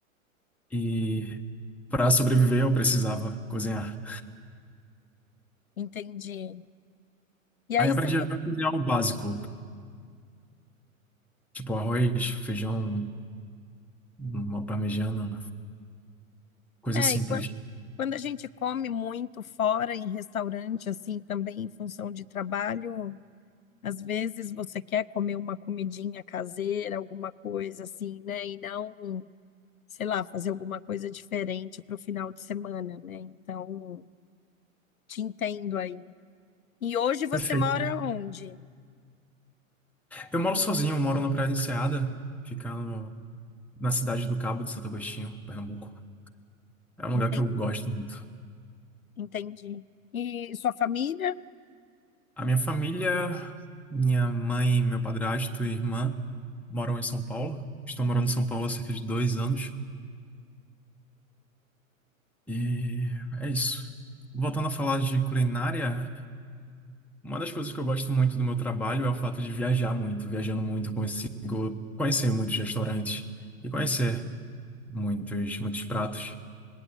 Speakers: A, in the centre; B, on the left.
A: E para sobreviver, eu precisava cozinhar.
B: Entendi. E aí
A: Aí aprendi
B: você,
A: a cozinhar o básico, tipo arroz, feijão, uma parmegiana, coisas
B: é,
A: simples.
B: e quando Quando a gente come muito fora, em restaurante, assim, também em função de trabalho, às vezes você quer comer uma comidinha caseira, alguma coisa assim, né? E não, sei lá, fazer alguma coisa diferente para o final de semana, né? Então, te entendo aí. E hoje você
A: Perfeito.
B: mora onde?
A: Eu moro sozinho, moro na Praia da Enseada, fica no- na cidade do Cabo de Santo Agostinho, Pernambuco. É um
B: Enten-
A: lugar que eu gosto muito.
B: Entendi. E sua família?
A: A minha família, minha mãe, meu padrasto e irmã moram em São Paulo. Estão morando em São Paulo há cerca de dois anos. E é isso. Voltando a falar de culinária, uma das coisas que eu gosto muito do meu trabalho é o fato de viajar muito. Viajando muito, eu consigo conhecer muitos restaurantes e conhecer muitos, muitos pratos.